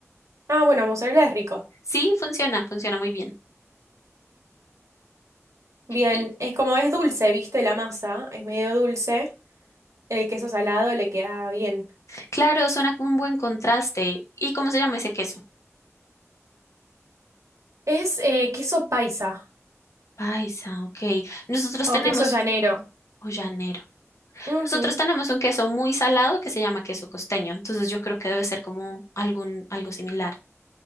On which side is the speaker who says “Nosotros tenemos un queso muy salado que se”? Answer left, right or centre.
Left